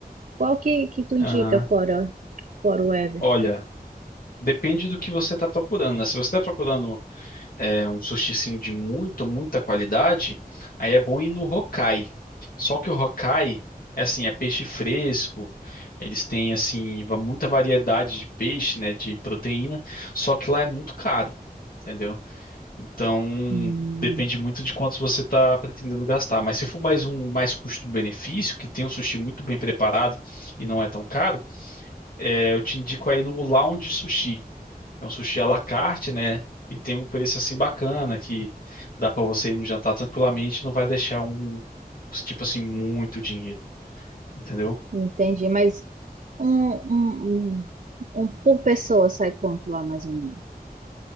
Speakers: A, on the right; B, on the left.
A: Qual que, que tu indica
B: aham.
A: fora, fora o Everton?
B: Olha, depende do que você está procurando, né? Se você está procurando eh, um sushizinho de muito, muita qualidade, aí é bom ir no Hokkai. Só que o Hokkai, é assim, é peixe fresco, eles têm, assim, va- muita variedade de peixe, né? De proteína, só que lá é muito caro, entendeu? Então,
A: Hum.
B: depende muito de quantos você está pretendendo gastar. Mas se for mais um mais custo-benefício, que tem um sushi muito bem preparado e não é tão caro, é, eu te indico aí no Lounge Sushi. É um sushi à la carte, né? E tem um preço assim bacana que dá para você ir no jantar tranquilamente, não vai deixar um tipo assim muito dinheiro, entendeu?
A: Entendi, mas um, um, um, um por pessoa sai quanto lá, mais ou menos?